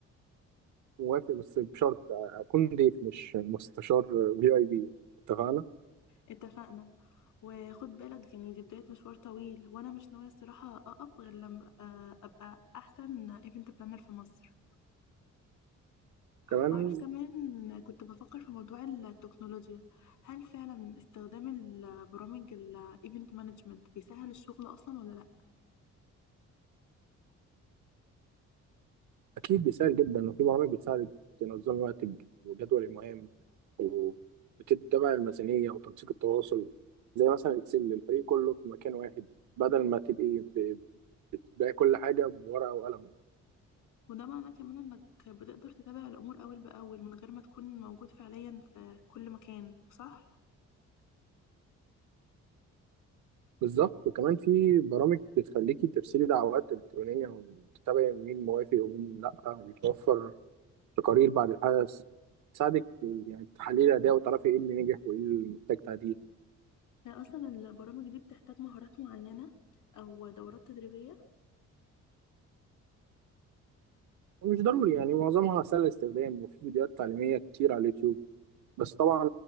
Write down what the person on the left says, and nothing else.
اتفقنا وخد بالك يعني دي بدايه مشوار طويل وانا مش ناويه الصراحه اقف غير لما آه، ابقى احسن ايفنت بلانر في مصر
وعارف كمان كنت بفكر في موضوع التكنولوجيا هل فعلا استخدام البرامج الايفنت مانجمنت بيسهل الشغل اصلا ولا لا
وده معناه كمان انك بتقدر تتابع الامور اول باول من غير ما تكون موجود فعليا في كل مكان صح
اصلا البرامج دي بتحتاج مهارات معينة او دورات تدريبية